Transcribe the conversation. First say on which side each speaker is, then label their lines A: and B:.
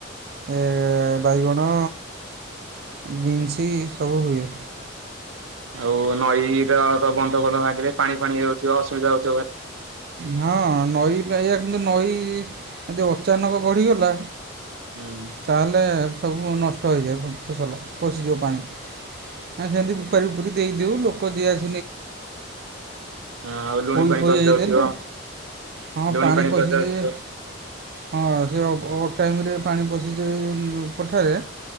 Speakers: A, on the right; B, on the right.
A: ଏଁ ବାଇଗଣ ବିନ୍ସି ସବୁ ହୁଏ।
B: ଆଉ ନଈର ତ ବନ୍ଧ ଫନ୍ଦ ଭାଙ୍ଗିଲେ ପାଣି ଫାଣି ହେଉଥିବ ଅସୁବିଧା ହୋଉ
A: ହଁ ନଈ ବାଇଆ କିନ୍ତୁ ନଈ ଯଦି ଅଚାନକ ବଢ଼ିଗଲା
B: ହୁଁ
A: ତାହାଲେ ସବୁ ନଷ୍ଟ ହୋଇଯାଏ। ଫ ଫସଲ ପଶିଯିବ ପାଣି ହ ସେମିତି ଉପପାରି ଉପପୁର ଦେଇଦଉ ଲୋକ ଯିଏ ଆସ
B: ହଁ ଆଉ ଲୁଣି
A: ପୋଇ
B: ପାଣି
A: ହେଇଥେଲେ
B: ପଶି ଯାଉଥିବ
A: ହଁ
B: ଲୁଣି
A: ପାଣି ପସିଯିବେ
B: ପଶି ଯାଉଥିବ।
A: ହଁ ସେ ଅବ ଅ ଟାଇମରେ ପାଣି ପଶିଯାଇ ପଠାରେ